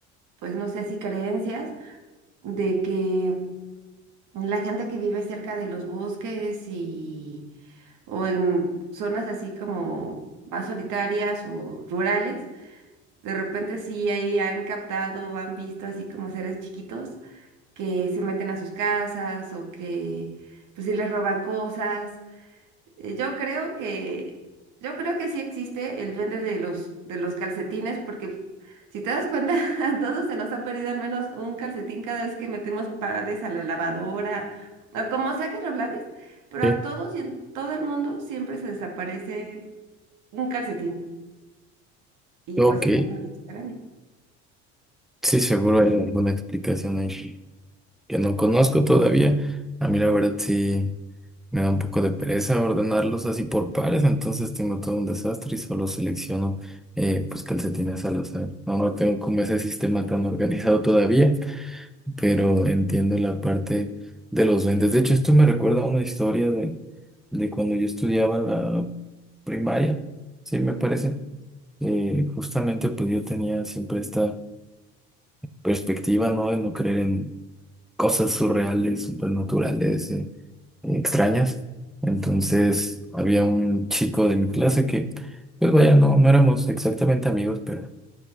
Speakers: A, on the right; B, in the centre.
A: pues no sé, así creencias de que la gente que vive cerca de los bosques y, o en zonas así como más solitarias o rurales, de repente sí ahí han captado o han visto así como seres chiquitos que se meten a sus casas o que pues sí les roban cosas. Eh, Yo creo que yo creo que sí existe el duende de los de los calcetines porque si te das cuenta <laughs> a todos se nos ha perdido al menos un calcetín cada vez que metemos pares a la lavadora o como sea que los laves, pero
B: Sí.
A: a todos y en todo el mundo siempre se desaparece un calcetín y
B: Ok,
A: pues está muy extraño.
B: sí, seguro hay alguna explicación ahí que que no conozco todavía. A mí la verdad sí me da un poco de pereza ordenarlos así por pares, entonces tengo todo un desastre y solo selecciono eh, pues calcetines al azar. No, no tengo como ese sistema tan organizado todavía. pero entiendo la parte de los duendes. De hecho, esto me recuerda a una historia de, de cuando yo estudiaba en la primaria, sí, me
A: Ujú.
B: parece. Eh, justamente, pues yo tenía siempre esta perspectiva, ¿no? De no creer en cosas surreales, supernaturales, eh, extrañas. Entonces, había un chico de mi clase que, pues vaya, no, no éramos exactamente amigos, pero